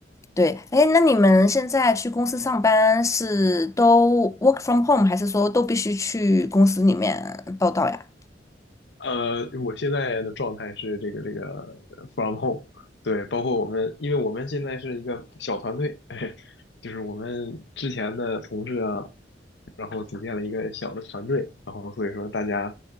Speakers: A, on the left (about 20°); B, on the left (about 75°).
A: 对，哎，那你们现在去公司上班是都 work from home，还是说都必须去公司里面报道呀？
B: 呃，我现在的状态是这个这个呃 from home，对，包括我们，因为我们现在是一个小团队，<laughs> 哎，就是我们之前的同事啊，然后组建了一个小的团队，然后所以说大家